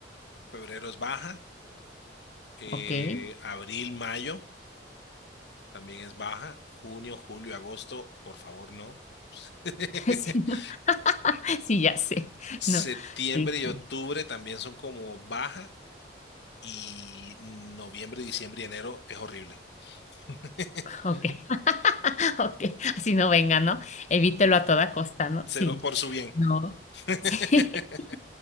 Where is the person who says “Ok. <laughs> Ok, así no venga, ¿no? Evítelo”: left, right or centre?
Left